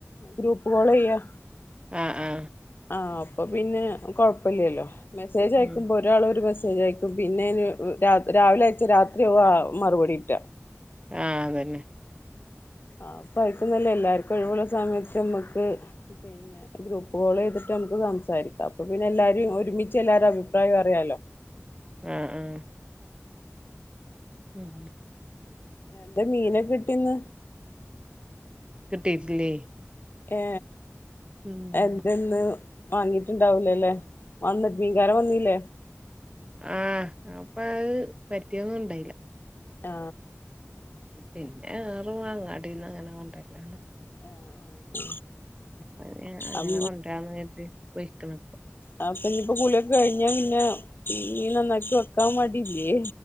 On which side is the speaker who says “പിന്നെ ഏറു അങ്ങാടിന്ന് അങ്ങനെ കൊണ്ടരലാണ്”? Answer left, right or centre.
Right